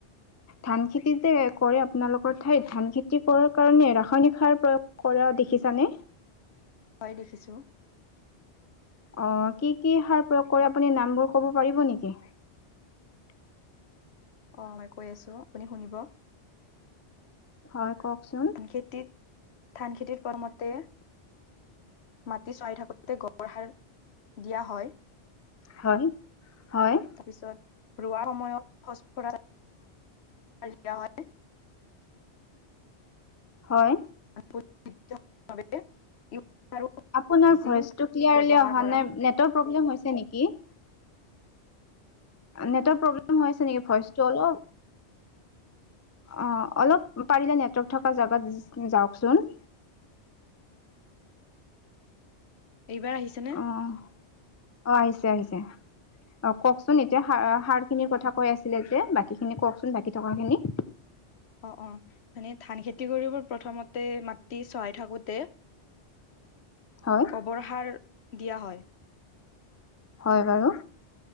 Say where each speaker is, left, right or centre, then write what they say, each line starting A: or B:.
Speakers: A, on the left (about 20°); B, on the left (about 65°).
A: ধান খটিতাই কৰে, এই বটাত প্ৰযোজক আপোনালোকৰ ঠাইত ধান খেতি কৰাৰ কাৰণে ৰাসায়নিক সাৰ পৰা কৰা দেখি। দেখিছানে।
B: হয় দেখিছো।
A: অ, কি- কি সাৰ প্ৰয়োগ কৰে আপুনি নামবোৰ ক'ব পাৰিব নিকি। <unintelligible>
B: অ, মই কৈ আছো আপুনি শুনিব।
A: হয়। কওকচোন
B: ধান খেতিত - ধান খেতিত পৰমতে মাটি চৰাই থাকোতে গড় সাৰ দিয়া হয়।
A: হয় হয়
B: তাৰপিছত ৰোৱা সময়ত প দিয়া হয়। <unintelligible>
A: হয়।
B: <unintelligible> ইউৰিয়া আৰু
A: আপোনাৰ
B: জিংক
A: ভইচেটো কিলিয়াৰলি
B: ব্যৱহাৰ
A: অহা
B: কৰা
A: নাই নেটৰ প্ৰব্লেম হৈছে নেকি। নেটৱৰ্ক প্ৰব্লেম হৈছে নেকি ভইচটো অলপ। অ, অলপ পাৰিলে নেটৱৰ্ক থকা জেগাত যাওকচোন।
B: এইবাৰ আহিছে নে।
A: অ' অ, আহিছে - আহিছে অ, কওকচোন এতিয়াৰ সাৰ - সাৰ খিনিৰ কথা কৈ আছিলে যে বাকীখিনি কওঁকচোন, বাকী থকাখিনি।
B: অ' অ' মানে ধান খেতি কৰিব প্ৰথমতে মাটি চহায় থাকোঁতে
A: হয়
B: গোবৰ সাৰ দিয়া হয়।
A: হয়, হয় আৰু